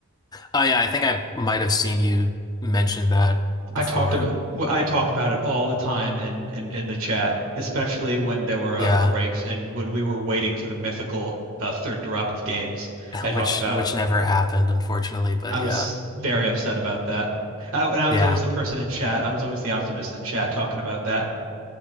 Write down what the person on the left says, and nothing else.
Oh yeah, I think I might have seen you mention that before.
Yeah,
<laughs>
which
which never happened, unfortunately, but
yeah.
Yeah.